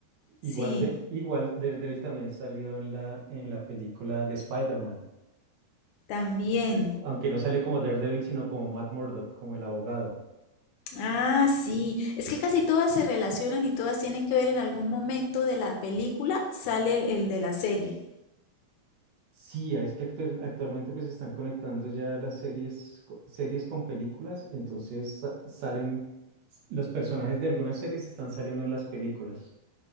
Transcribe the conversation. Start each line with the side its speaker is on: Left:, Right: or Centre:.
Right: Igual
Left: sí,
Right: de, igual Daredevil también salió en la, en la película de Spider-Man,
Left: también.
Right: aunque no salió como Daredevil, sino como Matt Murdock, como el abogado.
Left: Ah, sí, es que casi todas se relacionan y todas tienen que ver en algún momento de la película, sale el, el de la serie.
Right: Sí, es que actu- actualmente pues están conectando ya las series, co- series con películas, entonces sa- salen, s- los personajes de algunas series están saliendo en las películas.